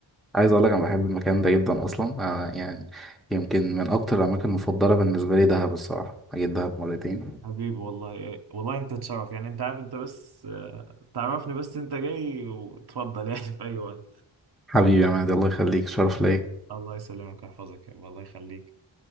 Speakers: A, in the centre; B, on the right.
A: عايز اقول لك انا بحب المكان ده جدا اصلا أنا يعني يمكن من اكتر الاماكن المفضله بالنسبه لي دهب الصراحه جيت دهب مرتين
B: حبيبي والله والله انت تشرف يعني انت عارف انت بس آه، تعرفني بس انت جاي وتفضل يعني في اي وقت
A: حبيبي يا مهدي الله يخليك شرف ليا
B: الله يسلمك ويحفظك يا رب الله يخليك